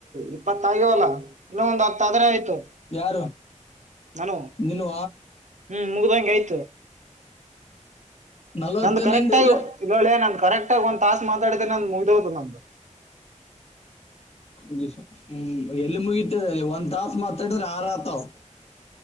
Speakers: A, on the right (about 65°); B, on the left (about 50°).
A: ಇಪ್ಪತ್ತಗ್ಯವಲ್ಲಾ ಇನ್ನು ಒಂದ್ ಹತ್ತ ಆದ್ರೆ ಆಯ್ತು.
B: ಯಾರು.
A: ನಾನು
B: ನಿನ್ನು
A: ಹ್ಮ್ ಮುಗ್ದಂಗೆ ಆಯ್ತು.
B: ನಲ್ವತ್ತೇನಂದಲ್ಲ
A: ನಂದು ಕರೆಕ್ಟ್ಯ ಇಳ್ಳೆ ನಂದ. ಕರೆಕ್ಟ್ ಆಗ ಒಂದ್ ತಾಸಸ್ ಮಾತಾಡಿದೇನೆ ನ ಮುಗ್ದ ಹದು ನಮ್ದು.
B: ದ ಹ್ಮ ಎಲ್ಲಿ ಮುಗತದ ಒಂದ್ ತಾಸ ಮಾತಾಡ್ರ ಆರ ಆತವ.